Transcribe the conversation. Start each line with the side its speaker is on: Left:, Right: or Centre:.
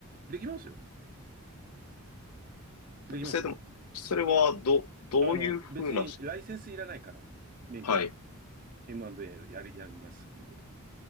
Right: できますよ。
Left: っぱそれでも、
Right: できますよ。
Left: それは、ど、どういうふうなし、
Right: あの、別にライセンスいらないから、免許とかは。
Left: はい。
Right: M&A をやる、やりますっていうことに。や